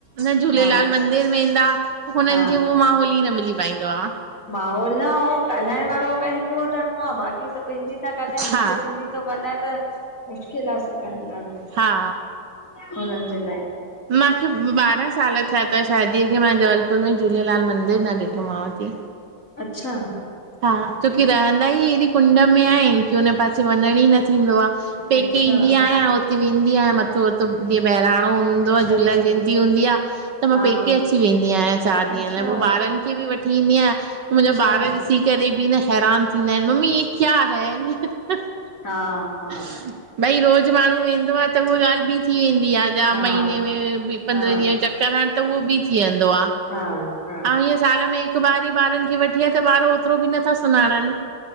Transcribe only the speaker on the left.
हा
हा
माहौल न, ऐं ॻाल्हाइण वारो अगर हिकिड़ो ॼणो आहे बाक़ी सभ हिंदी था ॻाल्हाइनि
हिक सिंधी थो ॻाल्हाए त मुश्किल आ सेखारण ॾाढो।
उनहनि जे लाइ।
अच्छा।
अच्छा
अच्छा
अच्छा
हा
अच्छा
अच्छा
हा हा
हा
हा
हा
हा -हा